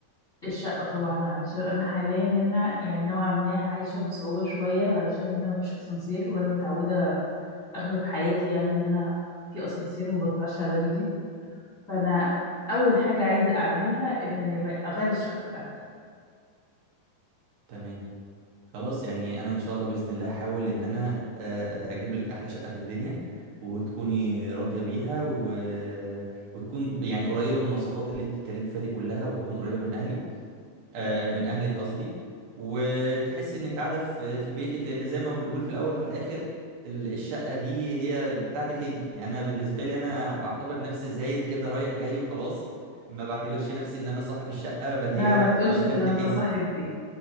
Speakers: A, on the left; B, on the right.
A: الشقة طبعا علشان أنا حاليا هنا يعني نوعا ما عايشة بصعوبة شوية علشان هنا مفيش أسانسير وأنا متعودة أغلب حياتي يعني إن أنا في أسانسير ما بطلعش على رجلي فأنا أول حاجة عايزة أعملها إن أنا أغير الشقة بتاعتي
B: تمام خلاص يعني أنا إن شاء الله بإذن الله هحاول إن أنا آه، آه، أجيب لك أحلى شقة في الدنيا وتكوني راضية بيها و... وتكون يعني قريبة من الوصفات اللي أنت اتكلمت فيها دي كلها وتكون قريبة من أهلي آه، من اهلك قصدي وتحس انك قاعده في في بيتك لان زي ما بنقول في الاول وفي الاخر ال- الشقه دي هي بتاعتك انت انا بالنسبه لي انا بعتبر نفسي زاير كده رايح جاي وخلاص ما بعتبرش نفسي ان انا صاحب الشقه بل
A: لا
B: هي
A: ما تقولش
B: مملكتك
A: كده أنت
B: انت
A: صاحب بيت